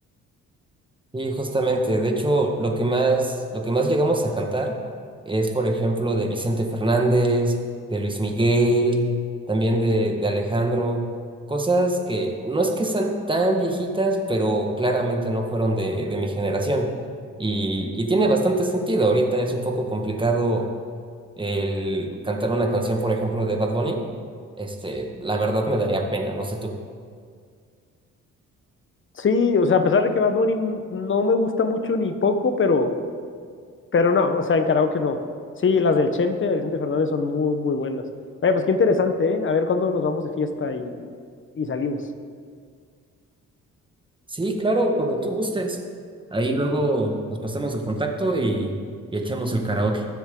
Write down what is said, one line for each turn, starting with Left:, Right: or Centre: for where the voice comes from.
Right: Y justamente, de hecho, lo que más, lo que más llegamos a cantar es, por ejemplo, de Vicente Fernández, de Luis Miguel, también de, de Alejandro, cosas que no es que sean tan viejitas, pero claramente no fueron de, de mi generación. Y, y tiene bastante sentido. Ahorita es un poco complicado el cantar una canción, por ejemplo, de Bad Bunny. Este, la verdad me daría pena, no sé tú
Left: Sí, o sea, a pesar de que Bad Bunny no me gusta mucho ni poco, pero, pero no, o sea, en karaoke no. Sí, las del Chente, de Vicente Fernández son muy, muy buenas. Oye, pues qué interesante, ¿eh? A ver cuándo nos vamos de fiesta y, y salimos.
Right: Sí, claro, cuando tú gustes. Ahí luego nos pasamos el contacto y, y echamos el karaoke.